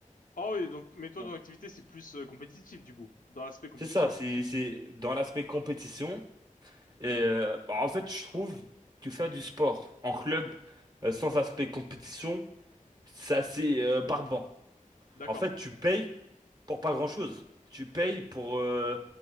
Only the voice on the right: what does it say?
Bon.
C'est ça, c'est, c'est dans l'aspect compétition. Et euh, bah, en fait, je trouve que faire du sport en club euh, sans aspect compétition, c'est assez euh, barbant.
En fait, tu payes pour pas grand-chose. Tu payes pour euh,